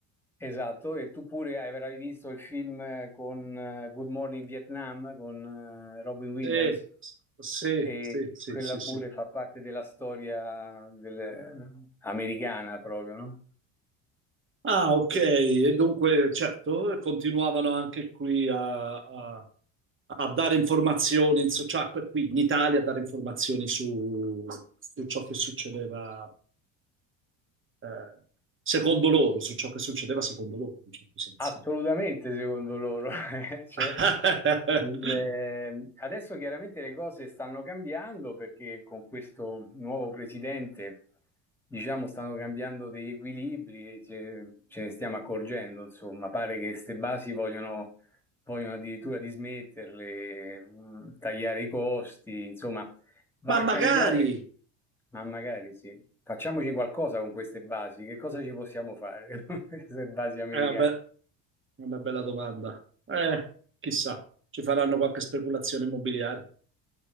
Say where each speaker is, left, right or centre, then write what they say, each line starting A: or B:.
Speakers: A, in the centre; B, on the right (about 30°).
A: esatto, e tu pure avrai visto il film eh, con eh, Good Morning Vietnam con eh, Robin Williams
B: Sì, sì,
A: e
B: sì, sì,
A: quella
B: sì,
A: pure
B: sì.
A: fa parte della storia del- eh, americana proprio, no?
B: Ah, ok, e dunque, certo, continuavano anche qui a, a- a dare informazioni, su- cioè que- qui in Italia a dare informazioni su, su ciò che succedeva eh, secondo loro, su ciò che succedeva secondo loro, in un certo senso.
A: Assolutamente, secondo loro, <laughs> eh, certo.
B: <laughs>
A: Il, eh, adesso chiaramente le cose stanno cambiando perché con questo nuovo presidente, diciamo, stanno cambiando degli equilibri e ce, ce ne stiamo accorgendo, insomma, pare che queste basi vogliono, vogliono addirittura dismetterle, mh, tagliare i costi, insomma, va
B: Ma
A: a
B: magari
A: cambiare, ma magari sì. Facciamoci qualcosa con queste basi, che cosa ci possiamo fare <laughs> con queste basi americane?
B: eh, vabbè, è una, be- una bella domanda. Eh, chissà, ci faranno qualche speculazione immobiliare.